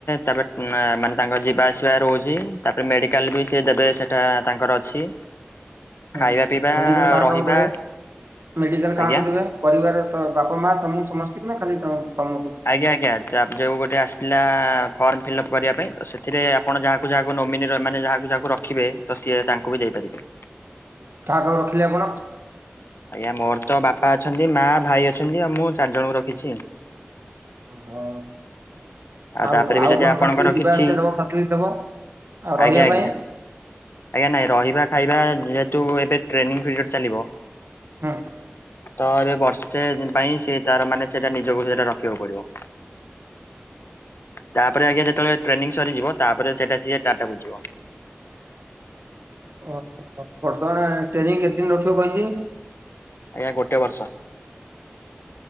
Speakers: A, on the left; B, on the right.
A: ତାପରେ ମାନେ ତାଙ୍କ ଯିବା ଆସିବା ରହୁଛି। ତାପରେ ମେଡିକାଲ ବି ସେ ଦେବେ ସେଟା ତାଙ୍କର ଅଛି।
B: ହୁଁ
A: ଖାଇବା ପିଇବା
B: ମେଡିକାଲ କାହା
A: ରହିବା
B: କାହାକୁ ଦେବେ ମେଡିକାଲ
A: ଆଜ୍ଞା
B: କାହାକୁ ଦେବେ? ପରିବାର ତ ବାପା ମା ତମକୁ ସମସ୍ତଙ୍କୁ ନା ଖାଲି ତମକୁ?
A: ଆଜ୍ଞା ଆଜ୍ଞା ଯୋଉ ଗୋଟେ ଆସିଥିଲା ଫର୍ମ ଫିଲ୍ଅପ୍ କରିବା ପାଇଁ ତ ସେଥିରେ ଆପଣ ଯାହାକୁ ଯାହାକୁ ନୋମିନି ମାନେ ଯାହାକୁ ଯାହାକୁ ରଖିବେ ତ ସିଏ ତାଙ୍କୁ ବି ଦେଇପାରିବେ।
B: କାହାକୁ କାହାକୁ ରଖିଲେ ଆପଣ?
A: ଆଜ୍ଞା ମୋର ତ ବାପା ଅଛନ୍ତି ମା ଭାଇ ଅଛନ୍ତି ଆଉ ମୁଁ ଚାରି ଜଣଙ୍କୁ ରଖିଛି।
B: ହଁ। ଆଉ
A: ତାପରେ ବି
B: ଆଉ
A: ଯଦି
B: କଣ
A: ଆପଣଙ୍କର
B: ଫାସିଲିଟି ଯିବା
A: କିଛି
B: ଆସିବା ଦବ ଫାସିଲିଟି ଦବ ଆଉ ରହିବା
A: ଆଜ୍ଞା ଆଜ୍ଞା
B: ପାଇଁ?
A: ଆଜ୍ଞା ନାଇଁ ରହିବା ଖାଇବା ଯେହେତୁ ଏବେ ଟ୍ରେନିଂ ପିରିୟଡ଼ ଚାଲିବ।
B: ହଁ।
A: ତ ଏବେ ବର୍ଷେ ପାଇଁ ସେ ତାର ମାନେ ସେଟା ନିଜକୁ ସେଟା ରଖିବାକୁ ପଡିବ। ତାପରେ ଆଜ୍ଞା ଯେତେବେଳେ ଟ୍ରେନିଂ ସରିଯିବ ତାପରେ ସେଟା ସିଏ ଟାଟା ବୁଝିବ।
B: ଓହୋ ବର୍ତ୍ତମାନ ଟ୍ରେନିଂ କେତେଦିନ ରଖିବ କହିଛି?
A: ଆଜ୍ଞା ଗୋଟେ ବର୍ଷ।